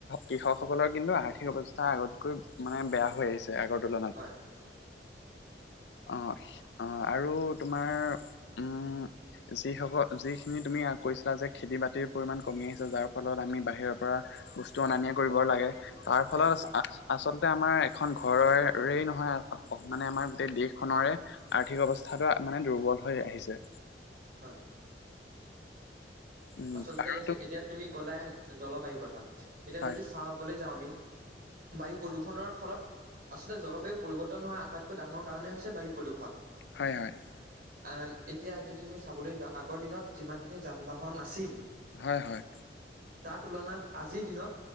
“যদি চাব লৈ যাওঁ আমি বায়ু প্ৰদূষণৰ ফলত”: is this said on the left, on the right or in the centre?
Right